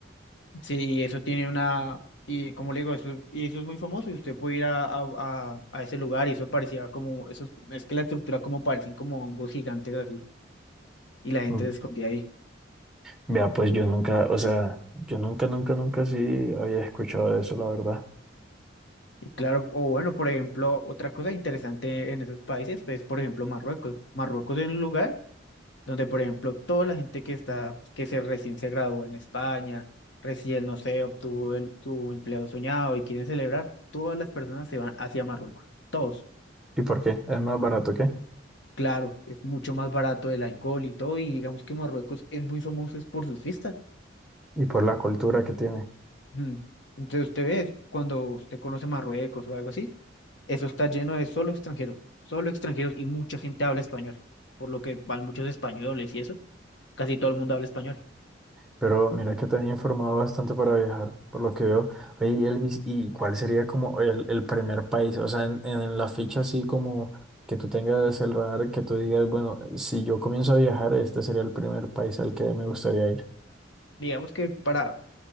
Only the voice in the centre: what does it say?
Mm.
Vea, pues yo nunca, o sea, yo nunca, nunca, nunca sí había escuchado de eso, la verdad.
¿Y por qué? ¿Es más barato que?
y por la cultura que tiene.
Pero mira que te han informado bastante para viajar, por lo que veo. Oye, Elvis, ¿y cuál sería como el, el primer país? O sea, en, en la ficha así como que tú tengas el radar, que tú digas, bueno, si yo comienzo a viajar, este sería el primer país al que me gustaría ir.